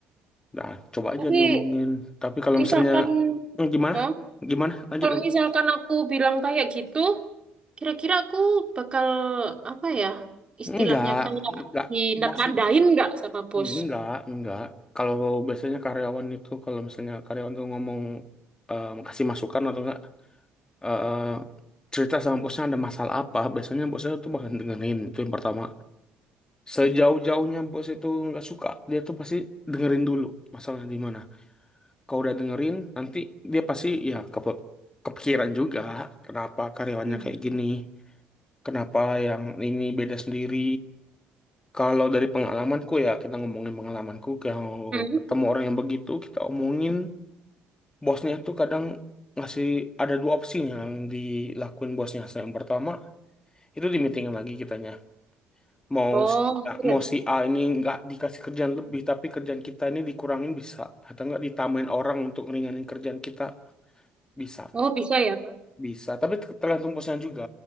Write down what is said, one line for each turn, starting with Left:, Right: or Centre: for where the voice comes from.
Left: Nah coba aja
Right: Tapi
Left: nih ngomongin. Tapi kalau
Right: misalkan,
Left: misalnya Hmm, gimana?
Right: Hah?
Left: Gimana? Lanjut,
Right: kalau
Left: lanjut.
Right: misalkan aku bilang kayak gitu, kira-kira aku bakal apa ya? Istilahnya
Left: Enggak,
Right: kayak
Left: enggak.
Right: dinatandain
Left: Bos itu-
Right: nggak sama bos?
Left: enggak, enggak. Kalau biasanya karyawan itu kalau misalnya karyawan tuh ngomong eh, kasih masukan atau enggak eh, cerita sama bosnya ada masalah apa, biasanya bosnya tuh bakal dengerin. Itu yang pertama. Sejauh-jauhnya bos itu nggak suka, dia tuh pasti dengerin dulu masalah di mana. Kalau udah dengerin, nanti dia pasti ya kepe- kepikiran juga kenapa karyawannya
Right: Hmm.
Left: kayak gini, kenapa yang ini beda sendiri. Kalau dari pengalamanku ya, kita ngomongin pengalamanku, kalau
Right: Hmm?
Left: ketemu orang yang begitu, kita omongin bosnya tuh kadang ngasih ada dua opsi yang dilakuin bosnya. Yang pertama Itu di meeting lagi kitanya. Mau
Right: Oh,
Left: si,
Right: terus.
Left: mau si A ini nggak dikasih kerjaan lebih, tapi kerjaan kita ini dikurangin bisa. Atau nggak ditambahin orang untuk ngeringanin kerjaan kita bisa.
Right: Oh, bisa ya, Kak.
Left: Bisa, tapi ter- tergantung bosnya juga,